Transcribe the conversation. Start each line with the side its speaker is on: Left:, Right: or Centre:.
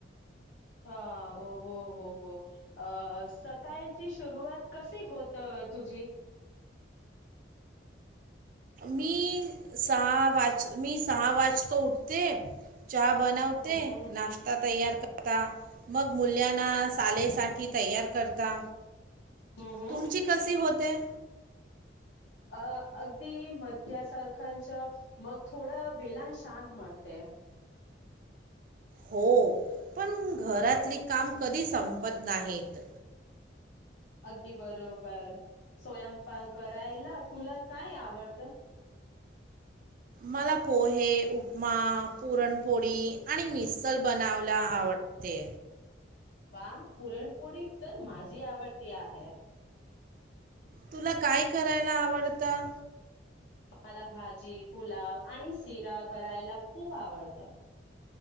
Left: हा ओ हो हो हो. अ सकाळची सुरुवात कशी होतं तुझी?
Right: मी सहा वाज मी सहा वाजत उठते. चहा बनवते,
Left: हम्म हम्म
Right: नाश्ता तयार करता. मग मुल्यांना शाळेसाठी तयार करता.
Left: हम्म हम्म
Right: तुमची कशी होते?
Left: अ अगदी मद्यासारखचं मग थोडावेळणी शांत <unintelligible>
Right: हो पण घरातली काम कधी संपत नाहीत.
Left: अगदी बरोबर स्वयंपाक करायला, तुला काय आवडतं?
Right: मला पोहे, उपमा, पुरणपोळी आणि मिसल बनावयला आवड ते.
Left: वा पुरणपोळी तर माझी आवडती आहे.
Right: तुला काय करायला आवडतं?
Left: मला भाजी, पुलाव आणि शिरा करायला खूप आवडतं.